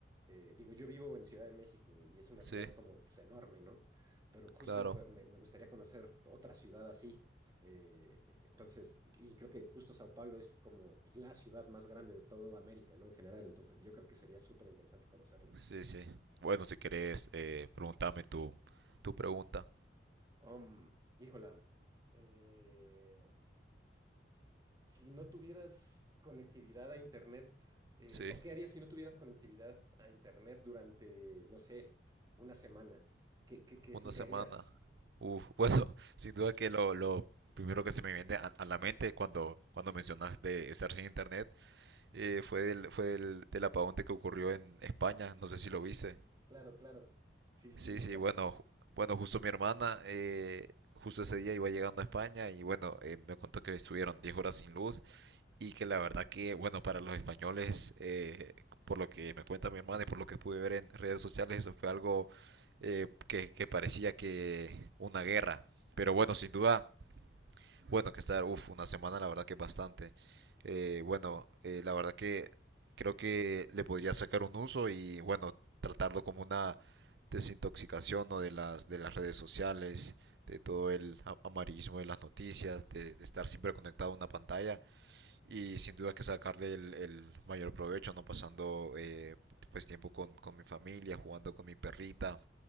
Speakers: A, on the right; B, on the right.
A: Eh, digo, yo vivo en Ciudad de México y es una
B: Sí,
A: ciudad como pues, enorme, ¿no? Pero justo
B: claro.
A: me, cu- me- me gustaría conocer otra ciudad así. Eh, e- entonces, y, y creo que justo Sao Paulo es como pues, la ciudad más grande de toda América, ¿no? En general, entonces yo creo que sería súper interesante conocerla.
B: Sí, sí. Bueno, si querés, eh, preguntame tu, tu pregunta.
A: Um, híjola, eh, si no tuvieras conectividad a Internet, eh,
B: Sí,
A: ¿o qué harías si no tuvieras conectividad a Internet durante, no sé, una semana? ¿Qué, qué, qué es
B: una
A: lo que
B: semana.
A: harías?
B: Uf, bueno, <laughs> sin duda que lo, lo primero que se me viene a, a la mente cuando, cuando mencionas de estar sin internet eh, fue del, fue del, del apagón de que ocurrió en España. No sé si lo viste.
A: Claro, claro. Sí, sí,
B: Sí,
A: sí, totalmente.
B: sí, bueno, ju- bueno, justo mi hermana, eh, justo ese día iba llegando a España y bueno, eh, me contó que estuvieron 10 horas sin luz y que la verdad que, bueno, para los españoles, eh, por lo que me cuenta mi hermana y por lo que pude ver en redes sociales, eso fue algo eh, que, que, parecía que una guerra. Pero bueno, sin duda, bueno, que estar, uff, una semana la verdad que es bastante. Eh, bueno, eh, la verdad que creo que le podría sacar un uso y bueno, tratarlo como una desintoxicación o ¿no? de las de las redes sociales, de todo el amarillismo de las noticias, de, de estar siempre conectado a una pantalla y sin duda que sacarle el, el mayor provecho, no pasando eh, pues tiempo con, con mi familia, jugando con mi perrita,